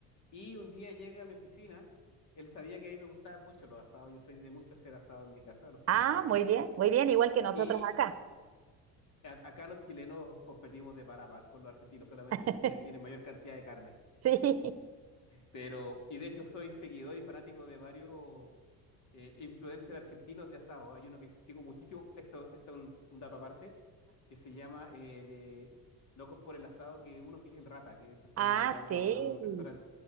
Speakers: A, on the left; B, on the right.
A: y un día llega a mi oficina, él sabía que a mí me gustaban mucho los asados, yo soy de mucho hacer asado en mi casa los fines
B: Ah,
A: de semana,
B: muy bien, muy bien, igual que nosotros
A: y
B: acá.
A: a- acá los chilenos competimos de par a par con los argentinos, solamente
B: <laughs>
A: que ustedes tienen mayor cantidad de carne.
B: Sí.
A: Pero, y de hecho soy seguidor y fanático de varios eh, influencers argentinos de asado, hay uno que sigo muchísimo, esto, esto es un, un dato aparte, que se llama eh, de Locos por el Asado, que uno que es el Rata, que de hecho está
B: Ah,
A: inaugurando
B: sí.
A: ahora un restaurante.